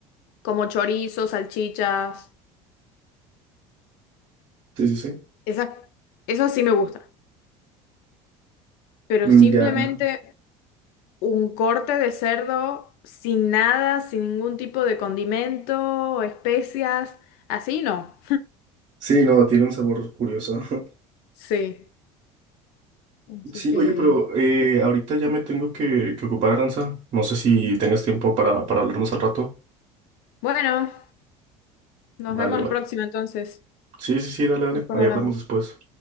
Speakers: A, on the left; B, on the right.
A: como chorizo, salchichas,
B: sí, sí.
A: esas, eso sí me gusta. Pero
B: Mm,
A: simplemente
B: Ya.
A: un corte de cerdo sin nada, sin ningún tipo de condimento o especias, así no.
B: Sí, no, tiene un sabor curioso. <laughs>
A: Sí, así
B: Sí,
A: que
B: oye, pero eh, ahorita ya me tengo que, que ocupar, Aranza. No sé si tengas tiempo para, para hablarnos al rato.
A: bueno, nos
B: Vale,
A: vemos
B: vale.
A: la próxima entonces.
B: Sí, sí, sí, dale, dale.
A: Después
B: Ahí
A: hablamos.
B: hablamos después.